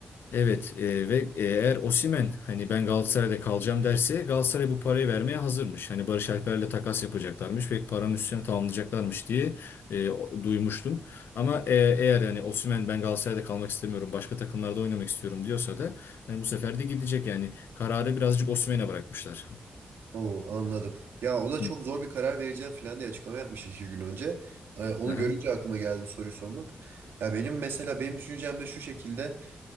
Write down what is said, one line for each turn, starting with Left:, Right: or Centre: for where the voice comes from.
Left: Evet e, ve e, eğer Osimhen hani ben Galatasaray'da kalacağım derse Galatasaray bu parayı vermeye hazırmış. Hani Barış Alper'le takas yapacaklarmış ve paranın üstüne tamamlayacaklarmış diye e, o- duymuştum. Ama e, eğer hani Osimhen ben Galatasaray'da kalmak istemiyorum başka takımlarda oynamak istiyorum diyorsa da hani bu sefer de gidecek yani kararı birazcık Osimhen'e bırakmışlar.
Right: Oo, anladım. Ya o da çok
Left: Hı.
Right: zor bir karar vereceğim falan diye açıklama yapmış iki gün önce. Ee, onu
Left: Aha,
Right: görünce aklıma geldi bu soruyu sormak. Ya benim mesela benim düşüncem de şu şekilde.